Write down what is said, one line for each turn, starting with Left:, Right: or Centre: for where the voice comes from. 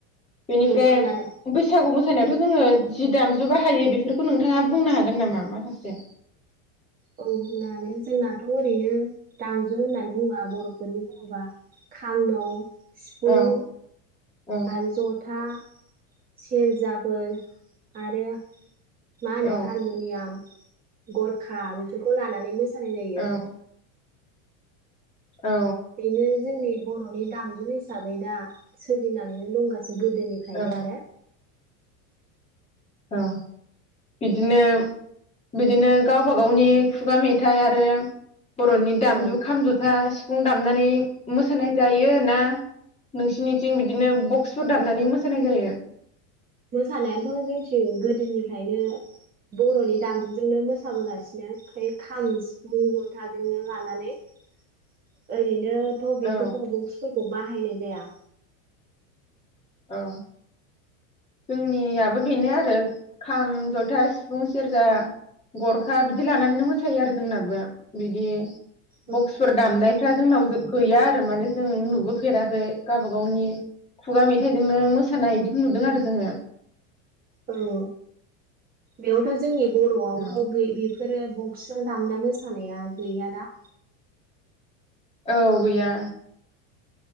Left: बेनिफ्राय
Right: खोनादों
Left: बैसागु मोस मोसानायावथ' जोङो जि दामजु बाहायो बेफोरखौ नोंथाङा बुंनो हागोन नामा? माखासे
Right: औ बुंनो हागोन जोंनाथ' ओरैनो दामजु होननानै बुङा बर'फोरनि बुङोबा खाम दं। सिफुं
Left: औ औ
Right: आरो ज'था, सेरजा बोर आरो मा होनो
Left: औ
Right: हारम'नियाम, गरखा बे बेखौ लानानै मोस सानाय जायो।
Left: औ औ
Right: बेनो जोंनि बर'नि दामजु हिसाबै दा सोलिनानैनो दंगा गोदोनिफ्रायनो
Left: औ
Right: आरो
Left: औ बिदिनो बिदिनो गावबाागावनि खुगा मेथाइ आरो बर'नि दामजु
Right: औ
Left: खाम ज'था सिफुं दामनानै मोसानाय जायो ना नोंसिनिथिं बिदिनो बक्सफोर दामनानै मोसानाय जायो?
Right: मोसानायानोथ' जोंनिथिं गोदोनिफ्रायनो बर'नि दामजुजोंनो मोसाबोगासिनो ओमफाय खाम सिफुं ज'थाजोंनो लानानै ओरै बिनोथ' बेफोरखौ
Left: औ
Right: बुक्सफोरखौ बाहायनाय जाया
Left: औ। जोंनिया बेनो आरो खाम ज'था सिफुं सेरजा गरखा बिदि लानानैनो मोसायो आरो जोंनाबो बिदि
Right: औ
Left: बक्सफोर दामनायफ्रा जोंनाव गो-गैया आरो माने जों नुबोफेराखै गावबा गावनि खुगा मेथाइजोंनो मोसानाय बिदिखौ नुदों आरो जोंङो
Right: औ बेयावथ' जोंनि बर'आवथ'
Left: औ
Right: गै-बेफोरो बक्स जों दामना मोसानाया गैया दा
Left: औ गैया